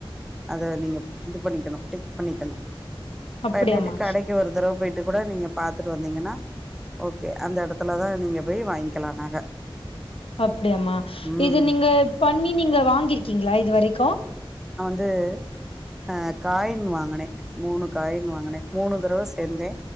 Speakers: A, in the centre; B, on the left.
A: அத நீங்க இது பண்ணிக்கனு டெக் பண்ணிக்கனு
B: அப்படியாம்மா
A: பண்ணிட்டு கடைக்கு ஒரு தடவ போய் ட்டு கூட நீங்க பாத்துட்டு வந்தீங்கன்னா ஓகே அந்த எடத்துலதா நீங்க போய் வாய்ன்க்கலா நக
B: அப்டியாம
A: ம்
B: இது நீங்க பண்ணி நீங்க வாங்கிருக்கீங்களா இது வரைக்கு
A: து அ காயின் வாங்கினே மூணு காயின் வாங்கினே மூணு தடவ சேந்தே